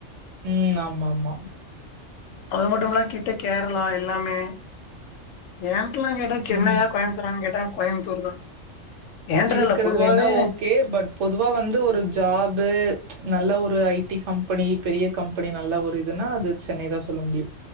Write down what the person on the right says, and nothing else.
ம் ஆமா ஆமா
ம்
இருக்குறது
வேணா ஓகே பட் பொதுவா வந்து ஒரு ஜாஃபு நல்ல ஒரு ஐடி கம்பெனி பெரிய கம்பெனி நல்ல ஒரு இதுன்னா அது சென்னைதா சொல்ல முடியு